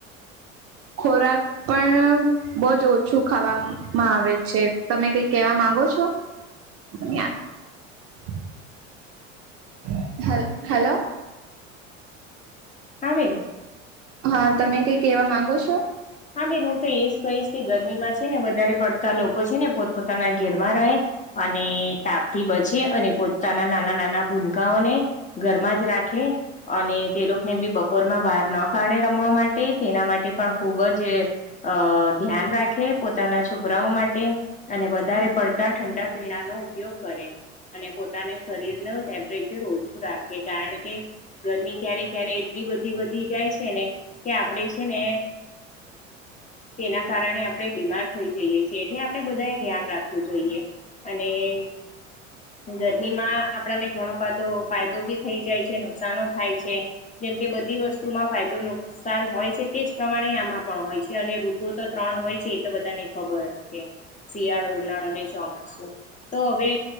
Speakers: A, on the right; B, on the left.
A: ખોરાક પણ બહુજ ઓછું ખાવામાં આવે છે. તમે કઈ કેવા માંગો છો? <unintelligible> હલ હાલો.
B: હા બેન
A: હા તમે કઈ કેવા માંગો છો?
B: હા બેન હું તો એજ કહીશ કે ગરમીમાં છે ને વધારે પડતા લોકો છે ને પોતપોતાના ઘેરમાં રહે. અને તાપ થી બચીએ અને પોતાના નાના નાના ભૂનકાઓને ઘરમાં જ રાખે અને તે લોકોને બી બપોર માં બહાર ન કાઢે રમવા માટે તેના માટે પણ ખુબ જ જે અ ધ્યાન રાખે પોતાના છોકરાઓ માટે અને વધારે પડતા ઠંડા પીણા નો ઉપયોગ કરે અને પોતાને શરીર ન ટેમ્પરેચર ઓ <unintelligible> કારણ કે ગરમી ક્યારે ક્યારે એટલી બધી વધી જાય છે ને કે આપડે છે ને તેના કારણે આપણે બીમાર થઈ જઈએ છીએ એટલે આપડે બધા એ ધ્યાન રાખવું જોઈએ અને ગરમીમાં આપણને ઘણો બધો ફાયદો બી થઈ જાય છે નુકસનો થાય છે જેમકે બધી વસ્તુમાં ફાયદો નુકસાન હોય છે તેજ પ્રમાણે આમાં પણ હોય છે અને ઋતુ તો ત્રણ હોય છે એ તો બધાને ખબર અ જે શિયાળો ઉનાળો ને ચોમાસું તો હવે